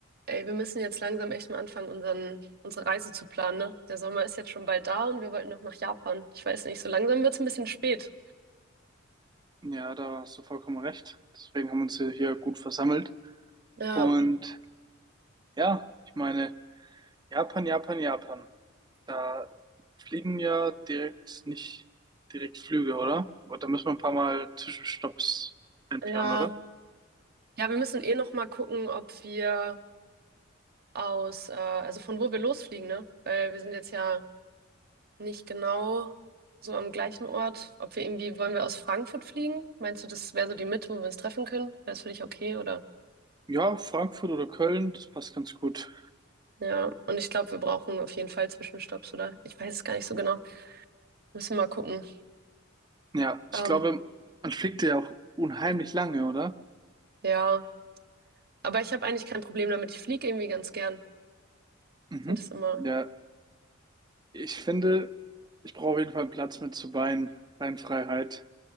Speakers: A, on the right; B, on the right.
A: Ey, wir müssen jetzt langsam echt mal anfangen, unseren, unsere Reise zu planen, ne? Der Sommer ist jetzt schon bald da und wir wollten noch nach Japan. Ich weiß nicht, so langsam wird's ein bisschen spät.
B: Ja, da hast du vollkommen recht. Deswegen haben wir uns hier hier gut versammelt.
A: Ja,
B: Und ja, ich meine, Japan, Japan, Japan. Da fliegen ja direkt nicht direkt Flüge, oder? Aber da müssen wir ein paar Mal Zwischenstopps einplanen,
A: ja.
B: oder?
A: Ja, wir müssen eh noch mal gucken, ob wir aus, äh, also von wo wir losfliegen, ne? Weil wir sind jetzt ja nicht genau so am gleichen Ort. Ob wir irgendwie, wollen wir aus Frankfurt fliegen? Meinst du, das wäre so die Mitte, wo wir uns treffen können? Wäre das für dich okay, oder?
B: Ja, Frankfurt oder Köln, das passt ganz gut.
A: Ja, und ich glaube, wir brauchen auf jeden Fall Zwischenstopps, oder? Ich weiß es gar nicht so genau. Müssen wir mal gucken.
B: Ja, ich
A: Ähm,
B: glaube, man fliegt ja auch unheimlich lange, oder?
A: ja. Aber ich habe eigentlich kein Problem damit. Ich fliege irgendwie ganz gern.
B: Mhm.
A: Ich finde das immer,
B: Ja, ich finde, ich brauche auf jeden Fall einen Platz mit zur Bein, Beinfreiheit.